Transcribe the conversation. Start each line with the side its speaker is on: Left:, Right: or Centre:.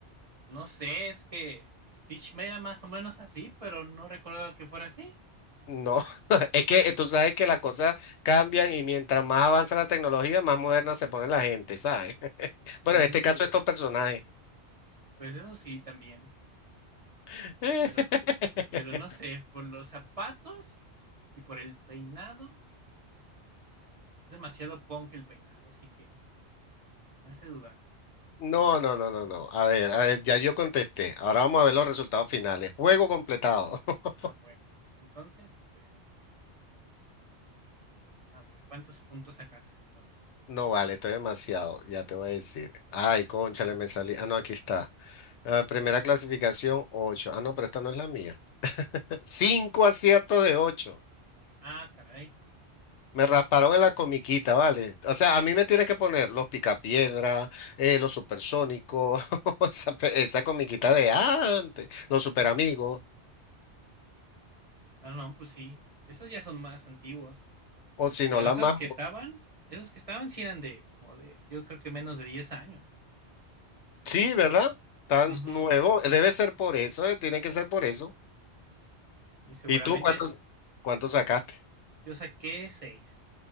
Right: No sé, es que Stitch me era más o menos así, pero no recordaba que fuera así.
Left: No, <laughs> es que eh, tú sabes que las cosas cambian y mientras más avanza la tecnología, más moderna se pone la gente, ¿sabes? <laughs>
Right: Mm,
Left: Bueno, en este caso estos personajes.
Right: pues eso sí, también.
Left: <laughs>
Right: Pero, pero no sé, por los zapatos y por el peinado, es demasiado punk el peinado, así que me hace dudar.
Left: No, no, no, no, no. A ver, a ver, ya yo contesté. Ahora vamos a ver los resultados finales. Juego completado. <laughs>
Right: Ah, bueno, pues entonces le voy a dar yo también. A ver, ¿cuántos puntos sacaste entonces?
Left: No vale, estoy demasiado, ya te voy a decir. Ay, cónchale, me salí. Ah, no, aquí está. Ah, primera clasificación, ocho Ah, no, pero esta no es la mía. <laughs> cinco aciertos de ocho
Right: Ah, caray.
Left: Me rasparon en la comiquita, ¿vale? O sea, a mí me tienes que poner los picapiedra, eh, los supersónicos, <laughs> esa, pe- esa comiquita de antes, los superamigos,
Right: Ah, no, pues sí. Esos ya son más antiguos.
Left: o si
Right: Pero
Left: no, la
Right: esos
Left: más...
Right: que estaban, esos que estaban sí eran de como de, yo creo que menos de 10 años.
Left: Sí, ¿verdad? Tan
Right: Ujú.
Left: nuevo, debe ser por eso, eh, tiene que ser por eso.
Right: Y seguramente
Left: ¿Y tú cuántos,
Right: es-
Left: cuántos sacaste?
Right: yo saqué seis